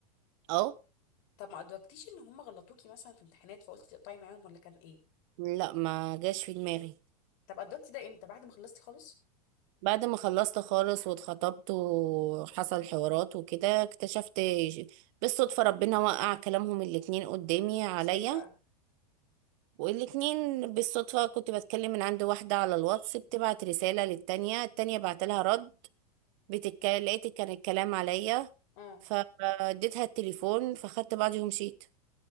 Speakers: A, on the right; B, on the left.
A: اه
B: طب ما ادركتيش ان هم غلطوكي مثلا في امتحانات فقلتي تقطعي معاهم ولا كان ايه
A: لا ما جاش في دماغي
B: طب ادركتي ده امتى بعد ما خلصتي خالص
A: بعد ما خلصت خالص واتخطبت وحصل حوارات وكده اكتشفت ج- بالصدفة ربنا وقع كلامهم الاتنين قدامي عليا
B: ازاي بقى
A: والاتنين بالصدفة كنت بتكلم من عند واحدة على الواتس بتبعت رسالة للتانية التانية بعتلها رد بتك... لقيت كان الكلام عليا
B: اه
A: فاديتها التليفون فخدت بعضي ومشيت